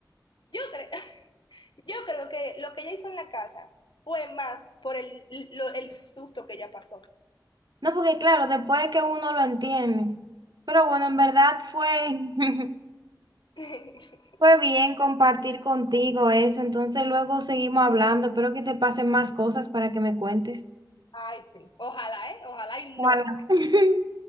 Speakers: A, on the left; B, on the right.
A: Yo creo, <laughs> yo creo que lo que ella hizo en la casa fue más por el, lo- el susto que ella pasó.
B: No, porque claro, después es que uno lo entiende. Pero bueno, en verdad fue, <laughs>
A: <laughs>
B: fue bien compartir contigo eso. Entonces luego seguimos hablando. Espero que te pasen más cosas para que me cuentes.
A: Ay, sí. Ojalá, ¿eh? Ojalá y
B: Ojalá.
A: no.
B: <laughs>